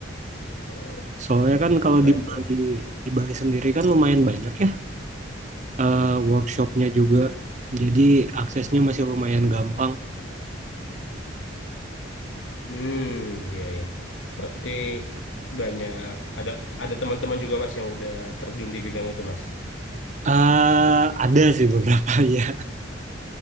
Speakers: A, on the left; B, on the right.
A: oh
B: soalnya kan kalau
A: keren
B: di
A: tuh
B: Bali
A: mas
B: di Bali sendiri kan lumayan banyak ya eh, workshopnya juga, jadi aksesnya masih lumayan gampang.
A: Hmm, iya ya. Berarti banyak ada ada teman-teman juga Mas yang udah terjun di bidang itu Mas.
B: Eh, ada sih beberapa <laughs> ya.